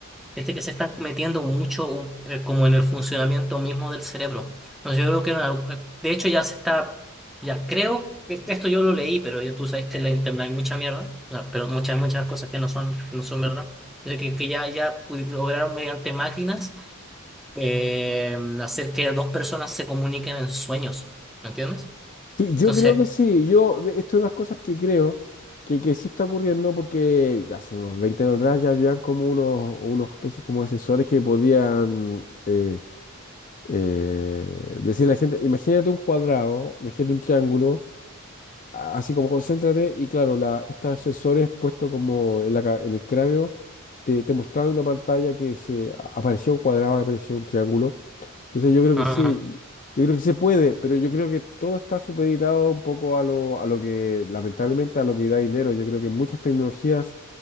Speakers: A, in the centre; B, on the left.
A: este que se están metiendo mucho un- eh, como en el funcionamiento mismo del cerebro. No, yo creo que en algo- eh, de hecho ya se está, ya creo, que este, esto yo lo leí, pero ya tú sabes que en la internet hay mucha mierda, no, pero muchas, muchas cosas que no son, no son verdad. Yo sé que, que ya, ya pudi- lograron mediante máquinas eh, hacer que dos personas se comuniquen en sueños, ¿me entiendes?
B: Sí, yo
A: Entonces,
B: creo que sí, yo, de- esto es unas cosas que creo que, que sí está ocurriendo porque hace unos 20 años atrás ya habían como unos, unos especies como de sensores que podían eh, eh, decirle a la gente, imagínate un cuadrado, imagínate un triángulo. así como concéntrate y claro, la, estos sensores puestos como en la ca- en el cráneo te, te mostraban una pantalla que se aparecía un cuadrado, aparecía un triángulo. Entonces yo creo
A: ah,
B: que sí, yo creo que se puede, pero yo creo que todo está supeditado un poco a lo, a lo que, lamentablemente, a lo que da dinero. Yo creo que muchas tecnologías